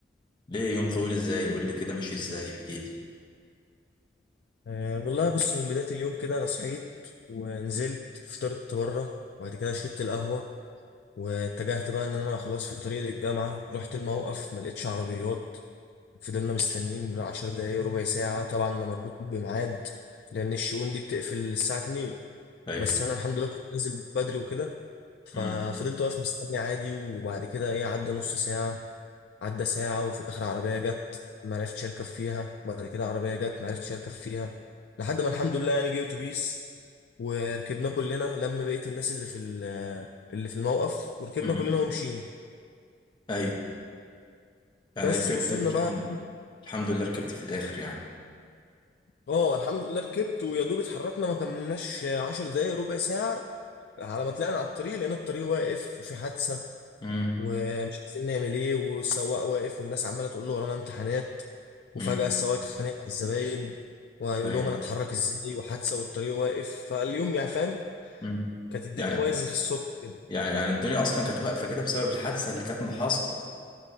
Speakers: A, on the left (about 25°); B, on the left (about 65°).
A: ليه يوم طويل ازاي؟ قول لي كده مشي ازاي احكي لي
B: أه والله بص من بدايه اليوم كده انا صحيت ونزلت فطرت بره وبعد كده شربت القهوه واتجهت بقى ان انا خلاص في طريق للجامعه رحت الموقف ما لقيتش عربيات فضلنا مستنيين 10 دقايق ربع ساعه طبعا انا مربوط بميعاد لان الشؤون دي بتقفل الساعه 2
A: ايوه
B: بس انا الحمد لله كنت نازل بدري وكده ففضلت
A: امم
B: واقف مستني عادي وبعد كده ايه عدى نص ساعة عدى ساعة وفي الاخر عربية جت ما عرفتش اركب فيها وبعد كده عربية جت ما عرفتش اركب فيها لحد ما الحمد لله يعني جه اتوبيس وركبنا كلنا لما بقيت الناس اللي في ال- اللي في الموقف وركبنا
A: امم
B: كلنا ومشينا
A: ايوه يعني
B: بس
A: ركبت
B: وصلنا
A: الحمد
B: بقى إيه،
A: الحمد لله ركبت في الاخر يعني
B: اه الحمد لله ركبت ويا دوب اتحركنا ما كملناش عشر دقايق ربع ساعة على ما طلعنا على الطريق لقينا الطريق واقف وفي حادثة
A: امم
B: ومش عارفين نعمل ايه والسواق واقف والناس عماله تقول له ورانا امتحانات وفجاه
A: امم
B: السواق اتخانق مع الزباين ويقول
A: ايوه
B: لهم انا اتحرك ازاي وحادثه والطريق واقف فاليوم يعني فاهم
A: امم
B: كانت الدنيا
A: يعني
B: بايظه في الصبح كده
A: يعني يعني الدنيا اصلا كانت واقفة كده بسبب الحادثة اللي كانت محاصطة